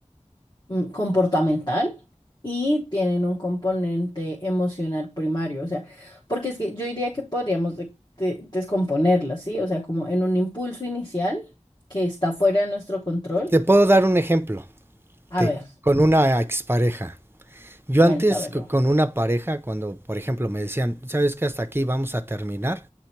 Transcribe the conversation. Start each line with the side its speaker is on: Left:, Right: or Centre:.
Left: mm, comportamental y tienen un componente emocional primario, o sea, porque es que yo diría que podríamos de- de- descomponerlas, ¿sí? O sea, como en un impulso inicial que está fuera de nuestro control.
Right: Te puedo dar un ejemplo
Left: A
Right: de,
Left: ver.
Right: con una expareja. Yo
Left: Cuéntamelo.
Right: antes co- con una pareja, cuando por ejemplo me decían, ¿sabes que hasta aquí vamos a terminar?